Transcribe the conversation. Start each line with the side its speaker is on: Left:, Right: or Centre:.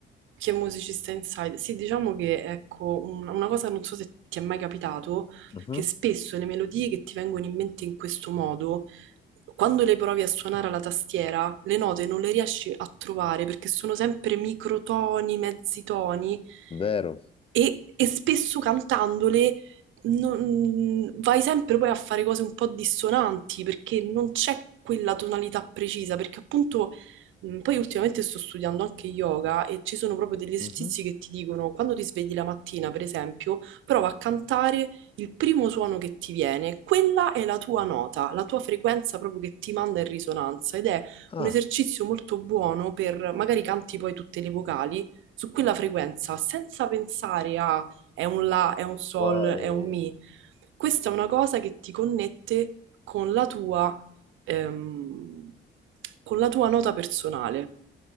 Right: Che musicista inside? Sì, diciamo che ecco, un- una cosa non so se ti è mai capitato,
Left: Mhm.
Right: che spesso le melodie che ti vengono in mente in questo modo, quando le provi a suonare alla tastiera, le note non le riesci a trovare perché sono sempre microtoni, mezzi toni
Left: Vero.
Right: e, e spesso cantandole non- vai sempre poi a fare cose un po' dissonanti perché non c'è quella tonalità precisa, perché appunto Mm, Poi ultimamente sto studiando anche yoga e ci sono proprio degli esercizi
Left: Mhm.
Right: che ti dicono, quando ti svegli la mattina, per esempio, prova a cantare il primo suono che ti viene. Quella è la tua nota, la tua frequenza proprio che ti manda in risonanza ed è
Left: Ah,
Right: un esercizio molto buono per magari canti poi tutte le vocali su quella frequenza senza pensare a è un la, è un sol,
Left: poi
Right: è un mi. Questa è una cosa che ti connette con la tua ehm, con la tua nota personale.